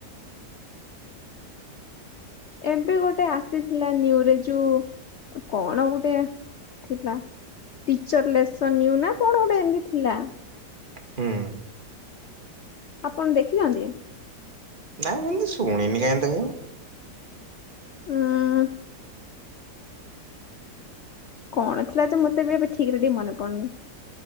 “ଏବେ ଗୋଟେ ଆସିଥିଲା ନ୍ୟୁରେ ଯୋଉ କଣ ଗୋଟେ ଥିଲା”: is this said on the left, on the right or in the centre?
Left